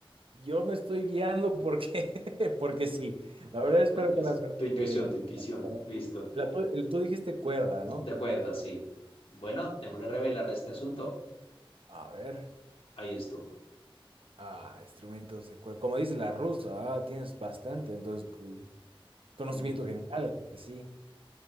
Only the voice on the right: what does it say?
yo me estoy guiando porque, <laughs> porque sí. La verdad espero
que la
suerte
esté
de mi
lado.
La tu- el- tú dijiste cuerda, ¿no?
A ver.
Ah, instrumentos de cuerda. Como dice la rusa, ah, tienes bastante, entonces cu- conocimiento
general, así.